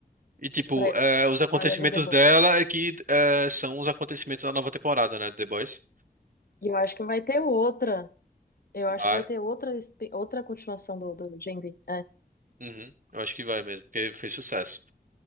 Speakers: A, on the right (about 55°); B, on the left (about 65°).
A: E tipo,
B: para
A: é, os acontecimentos
B: história do The Boys.
A: dela é que é, são os acontecimentos da nova temporada, né, de The Boys.
B: E eu acho que vai ter outra. Eu acho
A: Vai.
B: que vai ter outra, espi- outra continuação do, do Gen V. É.
A: Uhum. Eu acho que vai mesmo, porque fez sucesso.